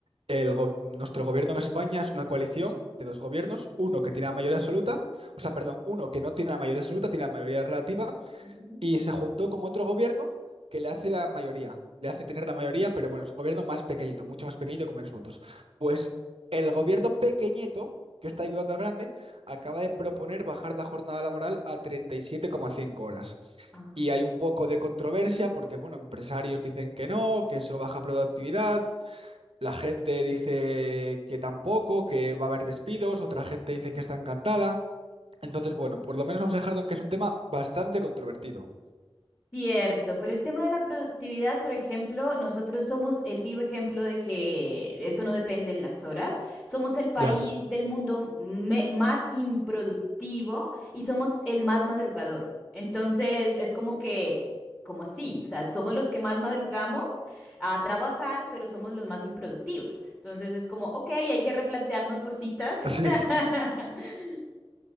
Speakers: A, on the right (about 70°); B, on the left (about 20°).
A: el go- nuestro gobierno en España es una coalición de dos gobiernos, uno que tiene la mayoría absoluta, o sea, perdón, uno que no tiene la mayoría absoluta, tiene la mayoría relativa,
B: Ujú.
A: y se juntó con otro gobierno que le hace la mayoría, le hace tener la mayoría, pero bueno, es un gobierno más pequeñito, mucho más pequeñito con menos votos. Pues el gobierno pequeñito, que está ayudando al grande, acaba de proponer bajar la jornada laboral a 37,5 horas.
B: Ah.
A: Y hay un poco de controversia porque, bueno, empresarios dicen que no, que eso baja productividad. La gente dice que tampoco, que va a haber despidos, otra gente dice que está encantada. Entonces, bueno, por lo menos vamos a dejarlo en que es un tema bastante controvertido.
B: Cierto, pero el tema de la productividad, por ejemplo, nosotros somos el vivo ejemplo de que eso no depende en las horas. Somos el país
A: Ya.
B: del mundo me- más improductivo y somos el más madrugador. Entonces, es como que, como así, o sea, somos los que más madrugamos a trabajar, pero somos los más improductivos. Entonces, es como, ok, hay que replantearnos cositas.
A: Sí,
B: <laughs>